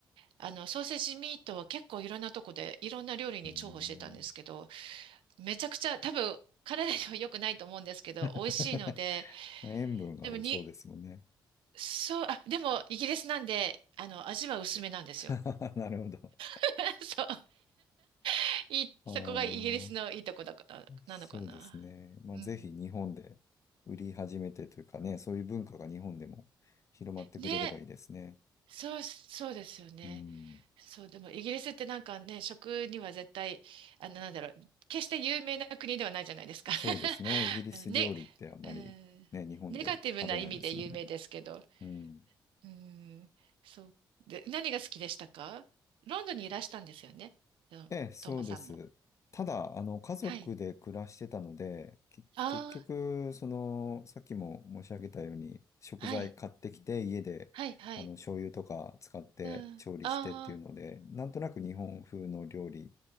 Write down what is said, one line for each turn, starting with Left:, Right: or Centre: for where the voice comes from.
Right: あの、ソーセージミートは結構いろんなとこでいろんな料理に重宝してたんですけど、
Left: うーん
Right: めちゃくちゃ多分体には良くないと思うんですけど、
Left: <laughs>
Right: 美味しいので、
Left: 塩分が多そうですもんね。
Right: でもに、そう、あ、でもイギリスなんで、あの、味は薄めなんですよ。
Left: <laughs> なるほど。
Right: <laughs> そう。<laughs> い、
Left: あ
Right: そこがイギリスのいいとこだから、
Left: あ、そうですね。
Right: なのかな。
Left: まあ、
Right: うん。
Left: ぜひ日本で売り始めてというかね、そういう文化が日本でも広まってくれればいいですね。
Right: ね、そう、そうですよね。
Left: うん。
Right: そう、でもイギリスってなんかね、食には絶対、あの、なんだろう、決して有名な国ではないじゃないですか。
Left: そうですね。イギリス料理ってあんまりね、
Right: <laughs> ね、うん、
Left: 日本で食べないですもんね。
Right: ネガティブな意味で有名ですけど。
Left: うん。
Right: うん、そう。で、何が好きでしたかロンドンにいらしたんですよね。うんトーマさんも。
Left: ええ、そうです。ただ、あの、家族で暮らしてたので、
Right: はい。
Left: け、
Right: あ
Left: 結局、その、さっきも申し上げたように、食材買ってきて、
Right: あ、はい、
Left: 家で、
Right: はい、はい。
Left: あの、醤油とか使って調理してっていうので、
Right: うん。ああ、
Left: なんとなく日本風の料理